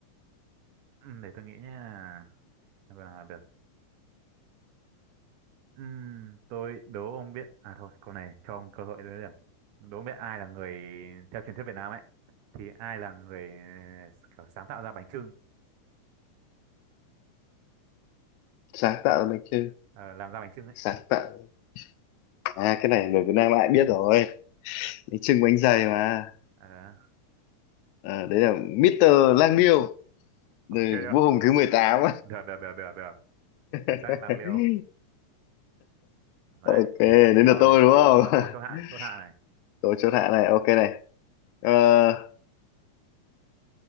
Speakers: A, on the right; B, on the left.
A: Ừm, để tôi nghĩ nhá và được Ừm, tôi đố ông biết à thôi câu này cho ông cơ hội lấy điểm đố ông biết ai là người theo truyền thuyết Việt Nam ấy thì ai là người ờ, kiểu sáng tạo ra bánh chưng
B: sáng tạo là bánh chưng
A: ờ, làm ra bánh chưng ấy
B: sáng tạo à cái này người Việt Nam ai biết rồi bánh chưng bánh dày mà
A: Ờ,
B: Ờ, đấy là Mister Lang Biêu người
A: ok
B: vua hùng thứ mười tám
A: được được được được được chính
B: <laughs>
A: xác lang liêu đấy
B: ok đến
A: rồi
B: lượt tôi đúng không
A: đúng rồi câu chốt hạ
B: <laughs>
A: chốt hạ này
B: tôi chỗ thả này ok này Ờ,